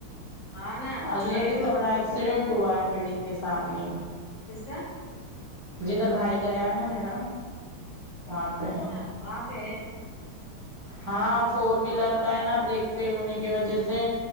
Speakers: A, on the left (about 65°); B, on the right (about 25°).
A: ہاں نا
B: آج ادھر
A: میں
B: کتنا
A: تو
B: بڑا ہے ایکسیڈنٹ ہوا ہے بلڈنگ کے سامنے
A: کس کا
B: جدھر بھائی گیا نا میرا واںپہ
A: اچھا وہاں پہ ہے
B: ہاں فور ویلر کا ہے نا بریک فیل ہونے کی وجہ سے